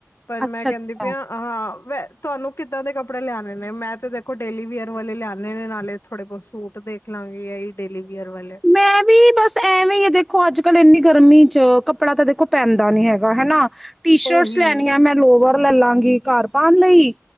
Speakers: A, on the left; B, in the centre.
A: ਪਰ ਮੈਂ
B: ਅੱਛਾ-ਅੱਛਾ
A: ਕਹਿੰਦੀ ਪਈ ਹਾਂ ਵ ਨੂੰ ਕਿੱਦਾਂ ਦੇ ਕੱਪੜੇ ਲਿਆਉਣੇ ਨੇ? ਮੈਂ ਤੇ ਦੇਖੋ, ਡੇਲੀ ਵੀੇਅਰ ਵਾਲੇ ਲਿਆਉਣੇ ਨੇ, ਨਾਲੇ ਥੋੜੇ-ਬਹੁਤ ਸੂਟ ਦੇਖ ਲਵਾਂਗੀ ਆ <unintelligible> ਵੀਅਰ ਵਾਲੇ
B: ਮੈਂ ਵੀ ਬਸ ਐਵੇਂ ਹੀ ਆ। ਦੇਖੋ, ਅੱਜ ਕੱਲ ਇੰਨੀ ਗਰਮੀ ਚ ਕੱਪੜਾ ਤਾਂ ਦੇਖੋ ਪੈਂਦਾ ਨੀ ਹੈਗਾ, ਹਨਾ? ਟੀ-ਸ਼ਰਟਸ
A: ਉਹੀ
B: ਲੈਣ ਆ, ਮੈਂ ਲੋਵ ਲੈ ਲਾਂਗੀ, ਘਰ ਪਾਣ ਲਈ।